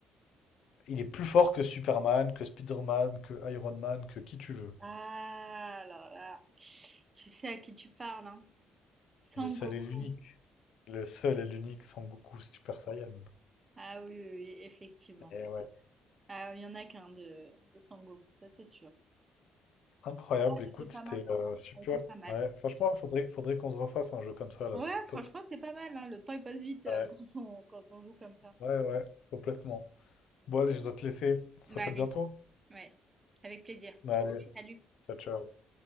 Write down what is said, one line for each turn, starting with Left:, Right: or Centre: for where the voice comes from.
Left: Il est plus fort que Superman, que Spider-Man, que Iron Man, que qui tu veux.
Right: Ah, alors là... Tu sais à qui tu parles, hein? Sangoku.
Left: Le seul et l'unique. Le seul et l'unique Sangoku Super Saiyan.
Right: Ah oui, oui, oui, effectivement.
Left: Et ouais.
Right: Ah, il y en a qu'un de, de Sangoku, ça c'est sûr.
Left: Incroyable, écoute,
Right: C'était pas
Left: c'était
Right: mal, ça
Left: euh, super.
Right: a été pas mal.
Left: Ouais, franchement, faudrait, faudrait qu'on se refasse un jeu comme ça, là,
Right: Ouais,
Left: c'était top.
Right: franchement, c'est pas mal, hein. Le temps il passe vite euh,
Left: Ouais,
Right: <laughs> quand on, quand on joue comme ça.
Left: ouais, ouais, complètement. Bon, allez, je dois te laisser. On
Right: Bah
Left: se rappelle
Right: allez,
Left: bientôt.
Right: ouais, avec plaisir.
Left: Allez,
Right: Allez, salut.
Left: ciao, ciao.